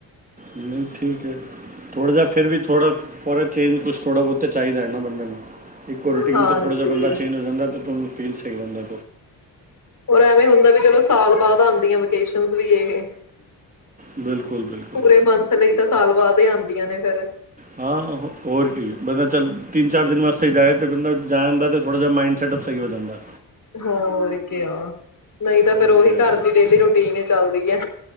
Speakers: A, on the right; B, on the left.
A: ਨਹੀਂ ਠੀਕ ਹੈ, ਥੋੜਾ ਜਿਹਾ ਫੇਰ ਵੀ ਥੋੜਾ ਥੋੜਾ ਚੇਜ ਕੁਛ ਥੋੜਾ ਬਹੁਤ ਤਾਂ ਚਾਹੀਦਾ ਹੈ, ਨਾ ਬੰਦੇ ਨੂੰ ਇੱਕੋ ਰੂਟੀਨ
B: ਹਾਂਜੀ
A: ਤੋਂ ਥੋੜ੍ਹਾ ਜਿਹਾ ਬੰਦਾ ਚੇਂਜ ਹੋ, ਜਾਂਦਾ ਤਾਂ ਤੁਹਾਨੂੰ ਫੀਲ ਚਾਹੀਦਾ ਹੁੰਦਾ।
B: ਹੋਰ ਐਵੇਂ ਹੁੰਦਾ ਵੀ ਚਲੋ ਸਾਲ ਬਾਅਦ ਆਦੀ ਆ ਵਕੇਸ਼ਨ ਵੀ ਇਹੇ
A: ਬਿਲਕੁਲ ਬਿਲਕੁਲ
B: ਪੂਰੇ ਮੰਥ ਲਈ ਤਾਂ ਸਾਲ ਬਾਅਦ ਆਦੇ ਹੁੰਦੀਆ ਨੇ ਫੇਰ,
A: ਹਾਂ ਹੋਰ ਕੀ ਬੰਦਾ ਚੱਲ ਤਿੰਨ ਚਾਰ ਦਿਨ ਵਾਸਤੇ ਜਾਏ ਤੇ ਬੰਦਾ ਜਾਣ ਦਾ ਤੇ ਥੋੜ੍ਹਾ ਜਾ ਮਾਈਡ ਸੈਟਪ ਸਹੀ ਹੋ ਜਾਂਦਾ।
B: ਹੋਰ ਕਿਆ। ਨਹੀਂ ਤਾਂ ਫੇਰ
A: ਹਾਂਜੀ
B: ਉਹੀ
A: ਹਾਂਜੀ
B: ਘਰ ਦੀ ਡੇਲੀ ਰੂਟੀਨ ਹੀ ਚੱਲਦੀ, ਹੈ।